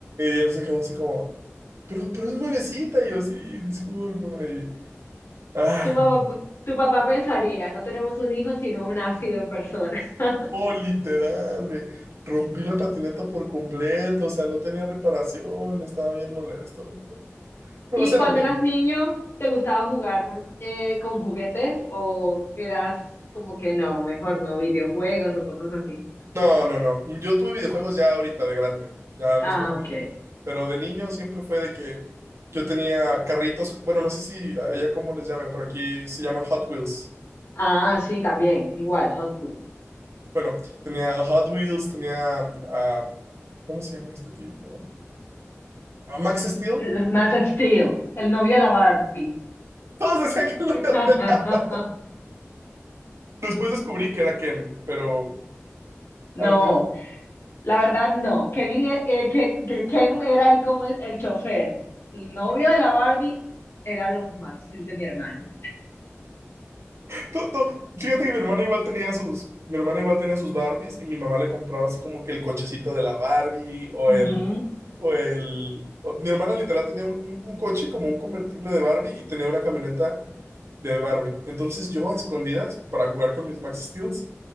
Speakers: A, on the right; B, on the left.
A: él se quedó así como, pero, pero es nuevecita. Y yo, sí, discúlpame. Y, ay,
B: Tu papá, tu papá pensaría, no tenemos un hijo, sino un ácido en persona. <laughs>
A: no, literal, me rompí la patineta por completo. O sea, no tenía reparación, estaba bien molesto. Rico. Pero
B: ¿Y
A: pues era
B: cuando
A: un niño.
B: eras niño, te gustaba jugar eh, con juguetes o eras como que no, mejor no, videojuegos o cosas así?
A: No, no, no. Yo tuve videojuegos ya ahorita de grande, ya
B: Ah,
A: los compré
B: ok.
A: yo. Pero de niño siempre fue de que yo tenía carritos, bueno, no sé si allá cómo les llaman, pero aquí se llaman Hot Wheels.
B: Ah, sí, también, igual, Hot Wheels.
A: Bueno, tenía Hot Wheels, tenía, mm, ah, ¿cómo se llama este tipo? Ah, Max Steel.
B: Los Man of Steel, el novio de la Barbie.
A: Todos decían que era
B: <laughs>
A: de la... Después descubrí que era Ken, pero
B: No,
A: al, pri-
B: La verdad, no. Kevin, e- eh, Ke- Ke- Ken era el, como es, el chofer. El novio de la Barbie era los Maxfield de mi hermano.
A: to- to- Fíjate que mi hermana igual tenía sus, mi hermana igual tenía sus Barbies y mi mamá le compraba así como que el cochecito de la Barbie o
B: Ujú.
A: el, o el, o- mi hermana literal tenía un, un- un coche como un convertible de Barbie y tenía una camioneta de Barbie. Entonces yo a escondidas para jugar con mis Max Steels